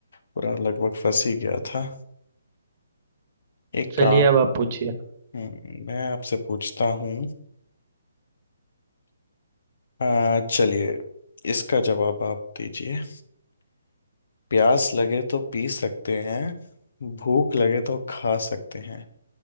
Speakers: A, on the left; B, on the right.
A: पूरा लगभग फंस ही गया था एक
B: चलिए
A: काम
B: अब आप पूछिए
A: हम्म, मैं आपसे पूछता हूँ आ, चलिए इसका जवाब आप दीजिए प्यास लगे तो पी सकते हैं भूख लगे तो खा सकते हैं